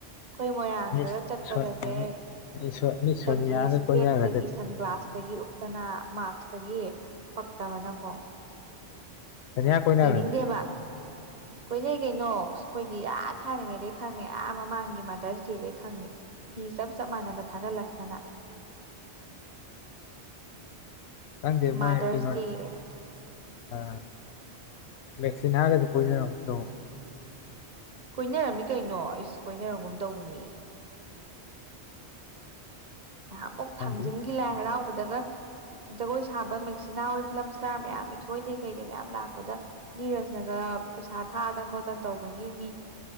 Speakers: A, on the right; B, on the left.
A: ꯑꯩꯈꯣꯏ ꯃꯣꯏꯔꯥꯡꯗꯒ
B: ꯃꯤꯁ
A: ꯆꯠꯄꯒꯖꯦ
B: ꯁꯣꯏ ꯃꯤꯁ ꯃꯤꯁ ꯁꯣꯅꯤꯌꯥꯒ
A: ꯇꯒꯤ ꯏꯁꯄꯦꯛꯇꯒꯤ
B: ꯀꯣꯏꯅꯒ꯭ꯔꯗꯗꯤ
A: ꯁꯟꯒ꯭ꯂꯥꯁ ꯇꯒꯤ ꯎꯞꯇꯅ ꯃꯥꯛꯁꯇꯒꯤ ꯄꯛꯇꯕꯅꯕꯨ
B: ꯁꯣꯅꯤꯌꯥ ꯀꯣꯏꯅꯒ꯭ꯔꯗꯥꯏ
A: ꯌꯦꯡꯅꯤꯡꯗꯦꯕ ꯀꯨꯏꯔ‌ꯦ ꯀꯩꯅꯣ ꯑꯩꯈꯣꯏꯗꯤ ꯑꯥ ꯊꯥꯏꯅꯉꯩꯗꯩ ꯈꯪꯉꯦ ꯑꯥ ꯃꯃꯥꯡꯒꯤ ꯃꯥꯗꯔꯁ ꯗꯦꯗꯩ ꯈꯪꯉꯦ ꯐꯤ ꯆꯞ ꯆꯞ ꯃꯥꯟꯅꯕ ꯊꯥꯒꯠꯂꯛꯇꯅ
B: ꯈꯪꯗꯦ ꯃꯣꯏ
A: ꯃꯥꯗꯔꯁ
B: ꯀꯩꯅꯣꯗꯤ
A: ꯗꯦꯅ
B: ꯑ ꯃꯦꯛꯁꯤꯅꯥꯒꯖꯨ ꯀꯣꯏꯅꯔꯝ ꯇꯧꯕꯅꯤ
A: ꯀꯣꯏꯅꯔꯝꯃꯤ ꯀꯩꯅꯣ ꯏꯁ ꯀꯣꯏꯅꯔꯝꯒꯨꯝ ꯇꯧꯕꯅꯦ ꯅꯍꯥꯃꯨꯛ
B: ꯈꯪꯗꯦ
A: ꯊꯥꯡꯖꯤꯡꯒꯤ ꯂꯥꯏ ꯍꯔꯥꯎꯕꯗꯒ ꯖꯒꯣꯏ ꯁꯥꯕ ꯃꯦꯛꯁꯤꯅꯥ ꯍꯣꯏ ꯐꯤꯂꯝ ꯁ꯭ꯇꯥꯔ ꯃꯌꯥꯝ ꯏꯊꯣꯏꯗꯩ ꯀꯩꯗꯩ ꯃꯌꯥꯝ ꯂꯥꯛꯄꯗ ꯗꯤꯔꯖꯅꯒ ꯄꯩꯁꯥ ꯊꯥꯗꯅ ꯈꯣꯠꯇꯅ ꯇꯧꯕꯒꯤ ꯃꯤ꯫